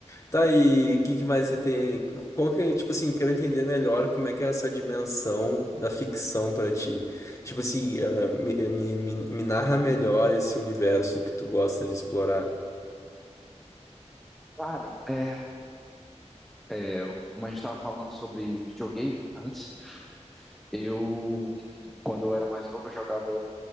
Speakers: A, on the left; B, in the centre.
A: Tá, e o que, que mais você tem? Qual que é, tipo assim, eu quero entender melhor como é que é essa dimensão da ficção pra ti. Tipo assim, ah, me, me, me, me narra melhor esse universo que tu gosta de explorar.
B: Cara, é, é, como a gente estava falando sobre videogame antes, eu, quando eu era mais novo, eu jogava